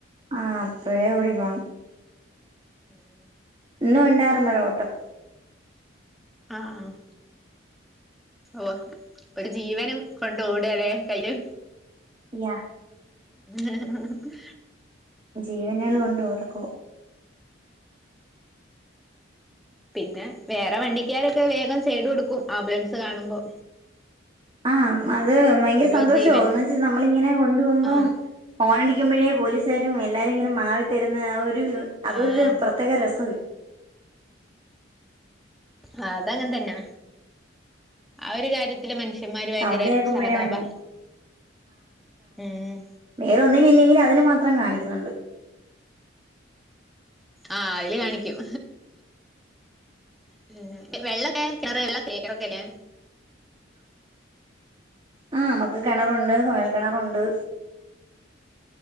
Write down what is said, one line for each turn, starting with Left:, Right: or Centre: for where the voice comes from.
Right: ആഹ് അപ്പഴേ ഓടി പോണം.
Centre: ഉം.
Right: ഇന്നും ഉണ്ടായിർന്ന് ഒരു ഓട്ടം.
Centre: ആഹ് ഓ ഒരു ജീവനും കൊണ്ട് ഓട് അല്ലെ കയ്യില്.
Right: യാ
Centre: ഹ് ഹ് ഹ് ഹ്..
Right: ജീവനുകൾ കൊണ്ട് ഓടിക്കു..
Centre: പിന്നെ വേറെ വണ്ടിക്കാരൊക്കെ വേഗം സൈഡ് കൊടുക്കും ആംബുലൻസ് കാണുമ്പോ.
Right: ആഹ് അത് ഭയങ്കര
Centre: ഓരോ
Right: സന്തോഷമാവും
Centre: ജീവന്റെ
Right: എന്ന് വെച്ച നമ്മള് ഇങ്ങനെ കൊണ്ട് പോകുമ്പോം.
Centre: ആഹ്
Right: ഓണ് ടിക്കുമ്പോഴേ പോലീസുകാരും എല്ലാരും ഇങ്ങനെ മാറിത്തരുന്ന അതൊ
Centre: ആഹ്
Right: ഒരു പ്രത്യേക രസം.
Centre: ആ അതങ്ങെ തന്നാ ആ ഒരു കാര്യത്തില് മനുഷ്യ. മനുഷ്യൻ മ്മാര് ഭയങ്കര
Right: സൗണ്ട് കേൾക്കുമ്പോഴേ
Centre: സഹതാപാ
Right: വണ്ടി
Centre: ഉം.
Right: വേറെന്നിൽ ഇല്ലെങ്കിൽ അതിൽ മാത്രം കാണിക്കുന്നുണ്ട്.
Centre: ആ അതില് കാണിക്കും. പിന്നെ വെള്ളൊക്കെ <unintelligible> കേക്കറക്കെ ഇല്ലേ..
Right: ആഹ് നമുക്ക് കിണറുണ്ട് കോയൽ കിണറുണ്ട്.